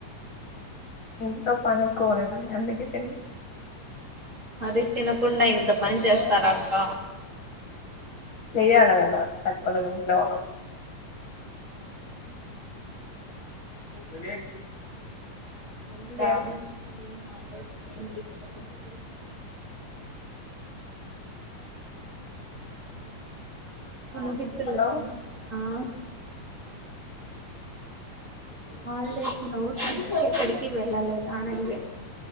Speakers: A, on the left; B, on the right.
A: ఇంటితో పనేక్కువనేనా అన్నింటికిని
B: మరీ తినకుండా ఇంత పని చేస్తారా అక్క
A: చెయ్యాలె కదా తప్పదు మరి ఇంట్లో ఉన్నప్పుడు
B: ఆ
A: స గ
B: ఇంకా
A: ఇంకేమి
B: ఏమి హాలిడేస్ ఏం ట్రిప్స్ ఎక్కడికి ర్ వినిపించలే
A: హలో
B: ఆ హల్డేస్ లో ట్రిప్ కి ఎక్కడికి వెళ్లలేదా అని అడిగ